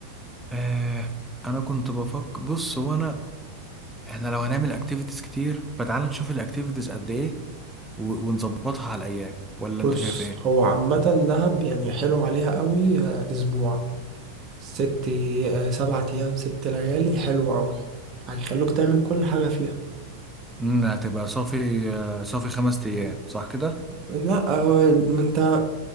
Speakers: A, in the centre; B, on the right.
A: آه انا كنت بفكر بص هو انا احنا لو هنعمل اكتيفيتيز كتير فتعال نشوف الاكتيفيتيز قد ايه و- ونظبطها على الايام ولا
B: بص
A: انت شايف ايه؟
B: هو عامة دهب يعني حلو عليها قوي آه، أسبوع ست آه، سبعة أيام ست ليالي حلو أوي هيخلوك تعمل كل حاجة فيها
A: امم هتبقى صافي آه، صافي خمس ايام صح كده
B: لا هو ما انت